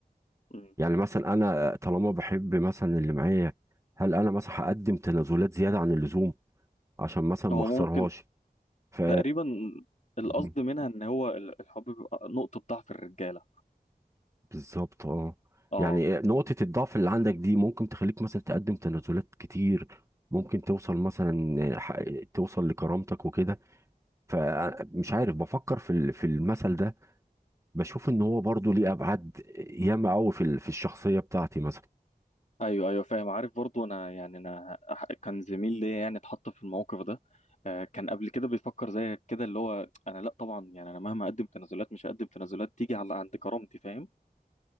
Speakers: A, on the left (about 50°); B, on the right (about 20°).
A: مم.
B: يعني مثلا انا طالما بحب مثلا اللي معايا هل انا مثلا هقدم تنازلات زيادة عن اللزوم عشان مثلا
A: هو
B: ما اخسرهاش
A: ممكن
B: ف
A: تقريبا القصد
B: <laughs>
A: منها ان هو ال- الحب بيبقى نقطه ضعف الرجاله
B: بالظبط اه
A: اه
B: يعني نقطة الضعف اللي عندك دي ممكن تخليك مثلا تقدم تنازلات كتير ممكن توصل مثلا ح- توصل لكرامتك وكده فمش عارف بفكر في ال- في المثل ده بشوف ان هو برضو ليه ابعاد ياما قوي في ال- في الشخصية بتاعتي مثلا
A: ايوه ايوه فاهم عارف برضو انا يعني انا أح- كان زميل ليا يعني اتحط في الموقف ده آه، كان قبل كده بيفكر زي كده اللي هو انا لا طبعا يعني انا مهما اقدم تنازلات مش هقدم تنازلات تيجي على عند كرامتي فاهم